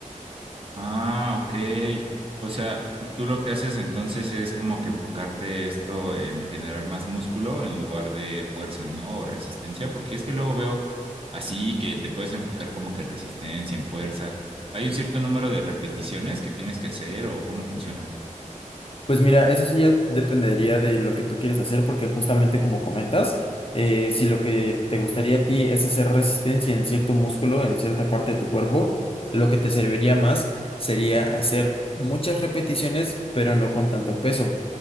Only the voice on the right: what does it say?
Ah, ok. O sea, tú lo que haces entonces es como que enfocarte esto en generar más músculo en lugar de fuerza, ¿no? O resistencia, porque es que luego veo así que te puedes enfocar como que en resistencia, en fuerza. ¿Hay un cierto número de repeticiones que tienes que hacer o cómo funciona?